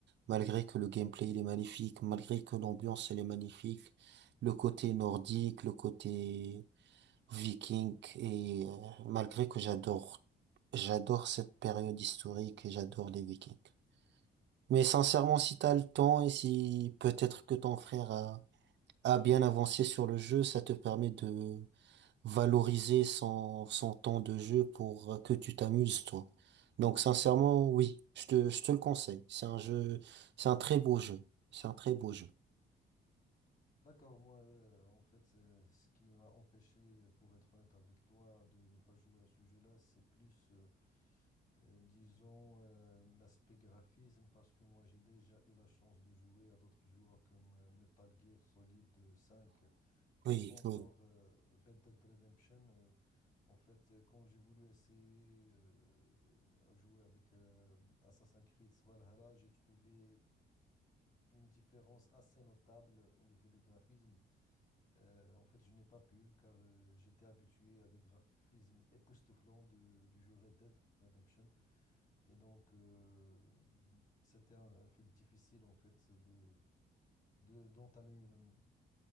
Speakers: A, on the right; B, on the left.
A: Malgré que le gameplay il est magnifique, malgré que l'ambiance elle est magnifique, le côté nordique, le côté viking, et euh, malgré que j'adore, j'adore cette période historique et j'adore les vikings. Mais sincèrement, si t'as le temps et si peut-être que ton frère a, a bien avancé sur le jeu, ça te permet de valoriser son, son temps de jeu pour euh, que tu t'amuses, toi. Donc, sincèrement, oui, je te, je te le conseille. C'est un jeu, c'est un très beau jeu. C'est un très beau jeu.
B: D'accord, moi, euh, en fait, euh, ce qui m'a empêché, euh, pour être honnête avec toi, de ne pas jouer à ce jeu-là, c'est plus, euh, euh, disons, euh, l'aspect graphisme, parce que moi, j'ai déjà eu la chance de jouer à d'autres joueurs comme euh, Metal Gear Solid euh, 5
A: Oui,
B: ou encore
A: oui.
B: euh, Red Dead Redemption. Euh, en fait, euh, quand j'ai voulu essayer euh, à jouer avec euh, Assassin's Creed Valhalla, j'ai trouvé une différence assez notable au niveau des graphismes. Euh, en fait, je n'ai pas pu car euh, j'étais habitué à des graphismes époustouflants de- du jeu Red Dead Redemption. Et donc, euh, c'était un, un fait difficile en fait de, de- d'entamer une,